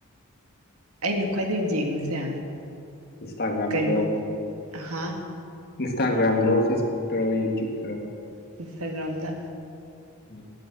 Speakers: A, on the right (about 75°); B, on the left (about 45°).
A: ꯑꯩꯅ ꯈ꯭ꯋꯥꯏꯗꯒꯤ ꯌꯦꯡꯕꯁꯦ
B: ꯏꯟꯁꯇꯥꯒ꯭ꯔꯥꯝꯗ꯭ꯔꯣ
A: ꯀꯩꯅꯣ ꯍꯥ
B: ꯏꯟꯁꯇꯥꯒ꯭ꯔꯥꯝꯗꯣ ꯐꯦꯁꯕꯨꯛꯇꯔꯣ ꯌꯨꯇ꯭ꯌꯨꯞꯇꯔꯣ
A: ꯏꯟꯁꯇꯥꯒ꯭ꯔꯥꯝꯗ
B: ꯎꯝ